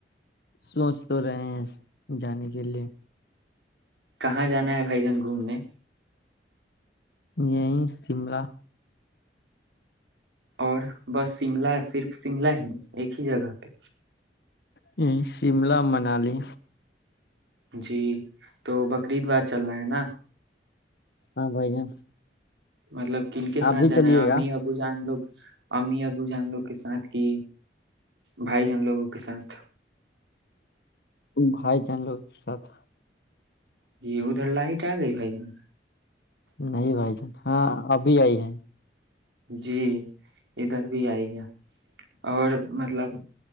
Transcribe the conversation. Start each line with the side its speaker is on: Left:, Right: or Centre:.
Left: سوچ تو رہے ہیں جانے کے لیے
Right: کہاں جانا ہے بھائی جان گھومنے
Left: یہی شملہ
Right: اور بس شملہ صرف شملہ ہی ایک ہی جگہ پہ
Left: ہمم شملا منالی
Right: جی تو بکر عید باد چلنا ہے نا
Left: ہاں بھائی جان
Right: مطلب کنکے ساتھ
Left: آپ بھی
Right: جانا
Left: چلیے
Right: ہے امی
Left: گا
Right: ابو جان لوگ امی ابو جان لوگ کے ساتھ کہ بھائی جان لوگوں کے ساتھ
Left: او بھائی جان لوگ کے ساتھ
Right: جی ادھر لائٹ آ گئی بھائی جان
Left: نہیں بھائی جان ہاں ابھی آئی ہے
Right: جی ادھر بھی آئی ہے اور مطلب